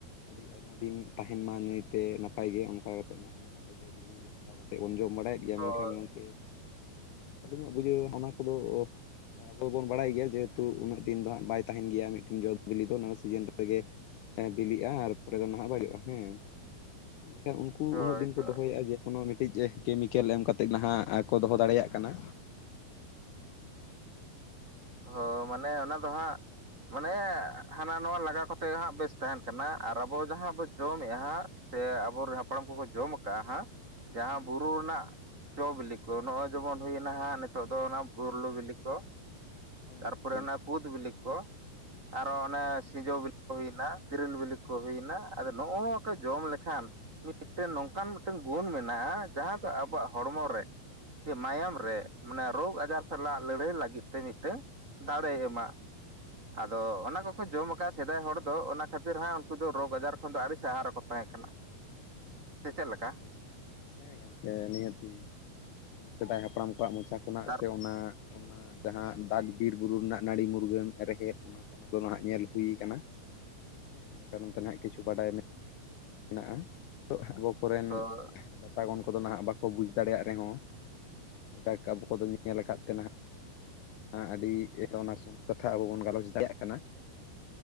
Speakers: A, on the left; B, on the right.
A: ᱟᱹᱰᱤ ᱟᱭᱢᱟ ᱫᱤᱱ ᱛᱟᱦᱮᱱ ᱢᱟ ᱱᱟᱹᱭᱛᱮ ᱱᱟᱯᱟᱭ ᱜᱮ ᱚᱱᱠᱟ ᱠᱟᱛᱮ ᱱᱟᱦᱟᱜ ᱚᱱᱮ ᱚᱱᱟ ᱠᱚ ᱡᱚᱢ ᱡᱚ ᱵᱤᱞᱤ ᱦᱟᱛᱟᱣᱛᱮᱫ ᱵᱚᱱ ᱡᱚᱢ ᱵᱟᱲᱟᱭᱮᱫ ᱜᱮᱭᱟ
B: ᱦᱳᱭ
A: ᱢᱮᱱᱠᱷᱟᱱ ᱜᱚᱝᱠᱮ ᱟᱹᱞᱤᱧᱟᱜ ᱵᱩᱡᱷᱟᱹᱣ ᱚᱱᱟ ᱠᱚᱫᱚ ᱟᱵᱚ ᱵᱚᱱ ᱵᱟᱲᱟᱭ ᱜᱮᱭᱟ ᱡᱮᱦᱮᱛᱩ ᱩᱱᱟᱹᱜ ᱫᱤᱱ ᱫᱚ ᱦᱟᱸᱜ ᱵᱟᱭ ᱛᱟᱦᱮᱱ ᱜᱮᱭᱟ ᱢᱤᱫ ᱴᱤᱱ ᱡᱚ ᱵᱤᱞᱤ ᱫᱚ ᱱᱚᱶᱟ ᱥᱤᱡᱤᱱ ᱨᱮᱜᱮ ᱵᱤᱞᱤᱜᱼᱟ ᱟᱨ ᱯᱚᱨᱮ ᱫᱚ ᱱᱟᱦᱟᱜ ᱵᱟᱹᱲᱤᱡᱚᱜᱼᱟ ᱦᱮᱸ ᱢᱮᱱᱠᱷᱟᱱ ᱩᱱᱠᱩ
B: ᱦᱳᱭ
A: ᱩᱱᱟᱹᱜ ᱫᱤᱱ
B: ᱦᱳᱭ
A: ᱠᱚ ᱫᱚᱦᱚᱭᱮᱜ-ᱟ ᱡᱮ ᱠᱳᱱᱳ ᱢᱤᱫ ᱴᱤᱡ ᱠᱮᱢᱤᱠᱮᱞ ᱮᱢ ᱠᱟᱛᱮᱫ ᱱᱟᱦᱟᱜ ᱠᱚ ᱫᱚᱦᱚ ᱫᱟᱲᱮᱭᱟᱜ ᱠᱟᱱᱟ
B: ᱦᱮᱸ ᱢᱟᱱᱮ ᱚᱱᱟ ᱫᱚ ᱦᱟᱸᱜ ᱢᱟᱱᱮ ᱦᱟᱱᱟ ᱱᱷᱟᱶᱟ ᱞᱟᱜᱟ ᱠᱚᱛᱮ ᱜᱮ ᱦᱟᱸᱜ ᱵᱮᱥ ᱛᱟᱦᱮᱱ ᱠᱟᱱᱟ ᱟᱨ ᱟᱵᱚ ᱡᱟᱦᱟᱸ ᱵᱚᱱ ᱡᱚᱢᱮᱫᱼᱟ ᱦᱟᱸᱜ ᱥᱮ ᱟᱵᱚᱨᱮᱱ ᱦᱟᱯᱲᱟᱢ ᱠᱚᱠᱚ ᱡᱚᱢ ᱠᱟᱜᱼᱟ ᱦᱟᱸᱜ ᱡᱟᱦᱟᱸ
A: ᱦᱮᱸ
B: ᱵᱩᱨᱩ ᱨᱮᱱᱟᱜ ᱡᱚ ᱵᱤᱞᱤ ᱠᱚ ᱱᱚᱜᱼᱚᱭ ᱡᱮᱢᱚᱱ ᱦᱩᱭᱮᱱᱟ ᱱᱦᱸᱜ ᱱᱤᱛᱚᱜ ᱫᱚ ᱚᱱᱟ ᱵᱩᱨᱞᱩ ᱵᱤᱞᱤ ᱠᱚ
A: ᱦᱮᱸ
B: ᱛᱟᱨᱯᱚᱨᱮ
A: ᱜᱚᱝᱠᱮ
B: ᱚᱱᱟ ᱠᱩᱫ ᱵᱤᱞᱤ ᱠᱚ ᱟᱨᱚ ᱚᱱᱮ
A: ᱦᱩᱸ
B: ᱥᱤᱸᱡᱚ ᱵᱤᱞᱤ ᱠᱚ ᱦᱩᱭᱱᱟ ᱛᱮᱨᱮᱞ ᱵᱤᱞᱤ ᱠᱚ ᱦᱩᱭᱮᱱᱟ ᱟᱫᱚ ᱱᱚᱜᱼᱚ ᱱᱚᱣᱟ ᱠᱚ ᱡᱚᱢ ᱞᱮᱠᱷᱟᱱ ᱢᱤᱫ ᱴᱮᱱ ᱱᱚᱝᱠᱟᱱ ᱢᱤᱫ ᱴᱮᱱ ᱜᱩᱱ ᱢᱮᱱᱟᱜᱼᱟ ᱡᱟᱦᱟᱸ ᱫᱚ ᱟᱵᱚᱣᱟᱜ ᱦᱚᱲᱢᱚ ᱨᱮ ᱡᱮ ᱢᱟᱭᱟᱢ ᱨᱮ ᱢᱟᱱᱮ ᱨᱳᱜᱽ ᱟᱡᱟᱨ ᱥᱟᱞᱟᱜ ᱞᱟᱹᱲᱦᱟᱹᱭ ᱞᱟᱹᱜᱤᱫ ᱛᱮ ᱢᱤᱫ ᱴᱮᱱ ᱫᱟᱲᱮᱭ ᱮᱢᱟ ᱟᱫᱚ ᱚᱱᱟ ᱠᱚᱠᱚ ᱡᱚᱢ ᱟᱠᱟᱫᱼᱟ ᱥᱮᱫᱟᱭ ᱦᱚᱲ ᱫᱚ ᱚᱱᱟ ᱠᱷᱟᱹᱛᱤᱨ ᱦᱟᱸᱜ ᱩᱱᱠᱩ ᱫᱚ ᱨᱳᱜᱽ ᱟᱡᱟᱨ ᱠᱷᱚᱱ ᱫᱚ ᱟᱹᱰᱤ ᱥᱟᱦᱟ ᱨᱮᱠᱚ ᱛᱟᱦᱮᱸ ᱠᱟᱱᱟ
A: <inaudible>
B: ᱥᱮ ᱪᱮᱫ ᱞᱮᱠᱟ
A: ᱟᱪᱷᱟ ᱟᱷᱟ ᱦᱮᱸ ᱜᱚᱝᱠᱮ ᱱᱤᱦᱟᱹᱛᱤ ᱥᱮᱫᱟᱭ ᱦᱟᱯᱲᱟᱢ ᱠᱚ ᱟᱠᱚᱣᱟᱜ ᱢᱚᱪᱟ ᱠᱷᱚᱱᱟᱜ
B: ᱛᱟᱨ
A: ᱥᱮ ᱚᱱᱟ ᱚᱱᱟ ᱡᱟᱦᱟᱸ ᱫᱟᱜ ᱵᱤᱨ ᱵᱩᱨᱩ ᱨᱮᱱᱟᱜ ᱱᱟᱹᱲᱤ ᱢᱩᱨᱜᱟᱹᱱ ᱨᱮᱦᱮᱫ ᱚᱱᱟ ᱠᱱ ᱫᱚ ᱱᱟᱦ ᱧᱮᱞ ᱦᱩᱭ ᱠᱟᱱᱟ ᱦᱮᱸ ᱤᱱᱟᱹ ᱠᱟᱨᱚᱱ ᱛᱮ ᱠᱤᱪᱷᱩ ᱵᱟᱰᱟᱭ ᱢᱮ ᱢᱮᱱᱟᱜᱼᱟ ᱛᱚ ᱟᱵᱚ ᱠᱚᱨᱮᱱ
B: ᱦᱳᱭ
A: ᱵᱟᱛᱟᱜᱚᱱ ᱠᱚᱫᱚ ᱱᱟᱦᱟᱜ ᱵᱟᱠᱚ ᱵᱩᱡᱽ ᱫᱟᱲᱮᱭᱟᱜ ᱨᱮᱦᱚᱸ ᱡᱟᱠ ᱟᱵᱚ ᱠᱚᱫᱚ ᱧᱮᱞ ᱟᱠᱟᱫ ᱛᱮᱱᱦᱟᱜ ᱟᱹᱰᱤ ᱠᱟᱛᱷᱟ ᱟᱵᱚ ᱵᱚᱱ ᱜᱟᱞᱚᱪ ᱫᱟᱲᱮᱭᱟᱜ ᱠᱟᱱᱟ